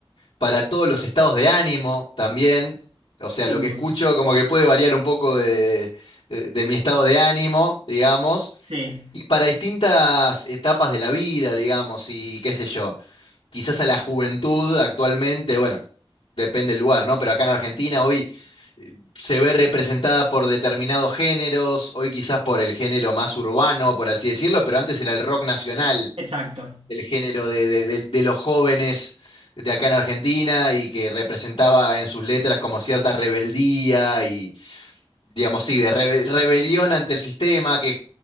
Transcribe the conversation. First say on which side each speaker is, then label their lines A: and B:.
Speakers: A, on the left; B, on the right.
A: para todos los estados de ánimo también. O sea,
B: sin
A: lo que
B: duda.
A: escucho como que puede variar un poco de, de- de mi estado de ánimo, digamos,
B: Sí,
A: y para distintas etapas de la vida, digamos, y qué sé yo, quizás a la juventud actualmente, bueno, depende del lugar, ¿no? Pero acá en Argentina hoy eh, se ve representada por determinados géneros, hoy quizás por el género más urbano, por así decirlo, pero antes era el rock nacional
B: exacto.
A: el género de, de- de- de los jóvenes de acá en Argentina y que representaba en sus letras como cierta rebeldía y, digamos, sí, de rebe- rebelión ante el sistema, que